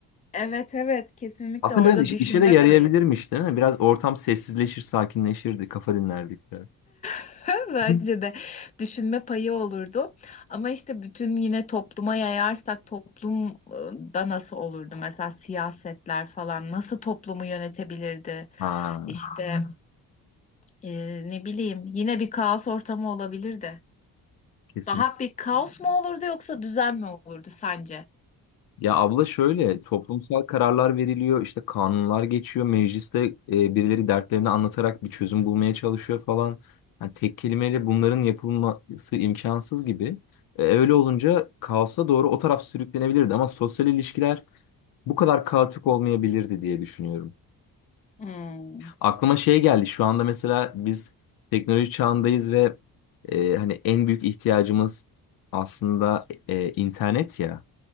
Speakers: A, on the left; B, on the left.
A: Evet evet kesinlikle
B: Aslında
A: orada
B: biraz iş-
A: düşünme
B: işe de yarayabilirmiş
A: payı.
B: değil mi? Biraz ortam sessizleşir, sakinleşirdi, kafa dinlerdik biraz.
A: <laughs> Bence
B: Hı.
A: de düşünme payı olurdu. Ama işte bütün yine topluma yayarsak toplumda nasıl olurdu? Mesela siyasetler falan nasıl toplumu yönetebilirdi?
B: Ha,
A: İşte e, ne bileyim yine bir kaos ortamı olabilirdi.
B: kesinlikle.
A: Daha bir kaos mu olurdu yoksa düzen mi olurdu sence?
B: Ya abla şöyle toplumsal kararlar veriliyor, işte kanunlar geçiyor, mecliste e, birileri dertlerini anlatarak bir çözüm bulmaya çalışıyor falan. Yani tek kelimeyle bunların yapılması imkansız gibi. E, öyle olunca kaosa doğru o taraf sürüklenebilirdi ama sosyal ilişkiler bu kadar kaotik olmayabilirdi diye düşünüyorum.
A: Hmm.
B: Aklıma şey geldi. Şu anda mesela biz teknoloji çağındayız ve e, hani en büyük ihtiyacımız aslında e, internet ya.